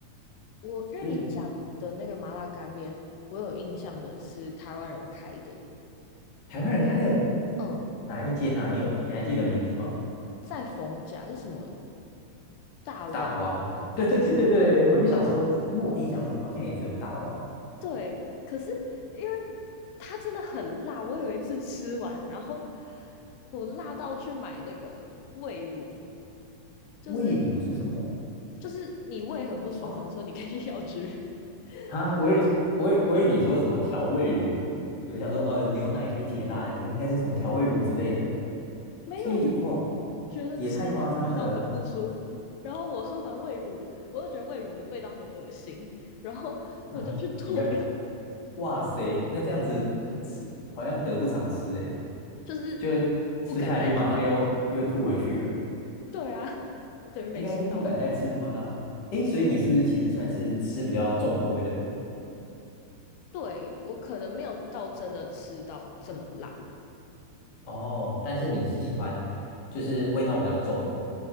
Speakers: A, on the left; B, on the left.
A: 我因为你讲的那个麻辣干面，
B: 所以
A: 我有印象的是台湾人开的，
B: 台湾人开的
A: 嗯，
B: 哪一间啊？你有你还记得名字吗？
A: 在逢甲是什么大王麻辣？
B: 大王，<laughs> 对对对对对，我就想说，因为我印象中好像也只有大王，
A: 对，可是因为它真的很辣，我有一次吃完，然后我辣到去买那个胃乳，就是
B: 味卤是什么？
A: 就是你胃很不舒服的时候，
B: 哦
A: 你可以去药局 <laughs>
B: 啊，
A: 买胃
B: 我以我以我以为你说什么调味乳，我想说呃牛奶可以解辣，应该是什么调味乳之类的，
A: 没有，
B: 所以哦
A: 觉得吃完辣到很不舒服。
B: 也太夸张了。
A: 然后我喝完胃乳，我又觉得胃乳的味道很恶心，然后我就去吐了，
B: <laughs> 那你看，哇塞，那这样子吃好像得不偿失诶，
A: 就是不敢再吃。
B: 就是吃下去马上又又吐回去了，
A: 对啊，等于没吃到。
B: 应该是不敢再吃这么辣。诶，所以你是不是其实算是吃比较重口味的人？
A: 对，我可能没有到真的吃到这么辣。
B: 哦，但是你是喜欢就是味道比较重的，